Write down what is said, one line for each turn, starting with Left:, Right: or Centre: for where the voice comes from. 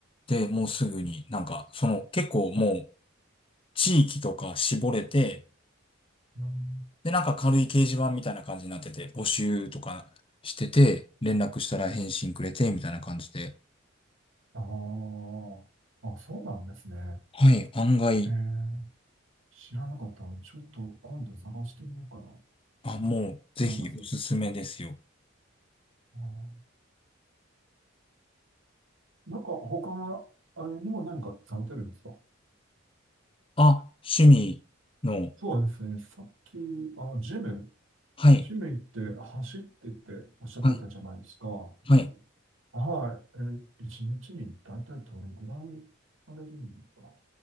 Left: で、もうすぐになんか、その結構もう地域とか絞れて、
Right: い。うん、
Left: で、なんか軽い掲示板みたいな感じになってて、募集とかしてて、連絡したら返信くれて、みたいな感じで。
Right: あーあ、そうなんですね。
Left: はい、案外、
Right: えー、知らなかったので、ちょっと今度探してみようかなと
Left: あ、もうぜひおすすめですよ。
Right: 思います。あーなんか他、あれにも何かされてるんですか
Left: あ、趣味の、
Right: そうですね。さっき、あ、ジム、
Left: はい、
Right: ジム行って走ってっておっしゃってたじゃないですか。
Left: はい、はい。
Right: はい。えー、一日に大体どれぐらいされるんですか